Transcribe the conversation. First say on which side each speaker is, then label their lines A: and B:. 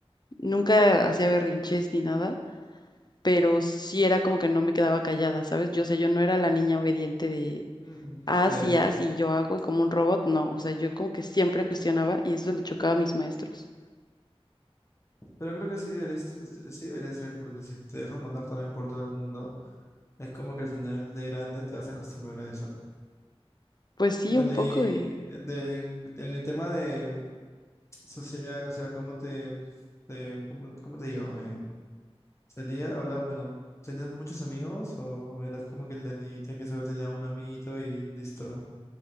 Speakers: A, on the left; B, on the left.
A: nunca hacía berrinches ni nada pero sí era como que no me quedaba callada, ¿sabes? Yo sé, yo no era la niña obediente de,
B: Mm,
A: haz
B: claro.
A: y haz y yo hago y como un robot, no, o sea, yo como que siempre cuestionaba y eso le chocaba a mis maestros.
B: Pero creo que sí debería, sí debería ser, porque si te dejan mandar también por todo el mundo, es como que al final de grande te vas a acostumbrar a eso.
A: Pues sí,
B: Bueno,
A: un poco
B: y
A: de...
B: de- en, en el tema de social, o sea, ¿cómo te, te- cómo, cómo te digo? Eh, ¿salía, hablaba, bueno, tenías muchos amigos o eras como que la niñita que solo tenía un amiguito y listo?